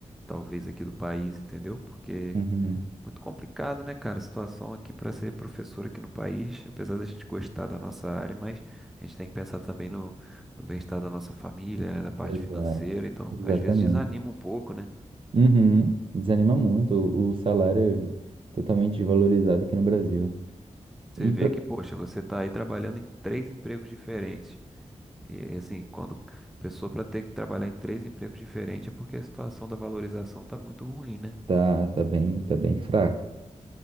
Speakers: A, in the centre; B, on the right.
A: talvez aqui do país, entendeu? Porque
B: Uhum.
A: é muito complicado, né, cara? A situação aqui para ser professor aqui no país, apesar da gente gostar da nossa área, mas a gente tem que pensar também no, no bem-estar da nossa família, né, da parte
B: Exato,
A: financeira. Então,
B: exatamente.
A: às vezes desanima um pouco, né?
B: Uhum. Desanima muito. O, o salário é totalmente desvalorizado aqui no Brasil.
A: Você
B: E
A: vê
B: pra...
A: que, poxa, você tá aí trabalhando em três empregos diferentes. E assim, quando a pessoa para ter que trabalhar em três empregos diferentes é porque a situação da valorização tá muito ruim, né?
B: tá, tá bem, tá bem fraco.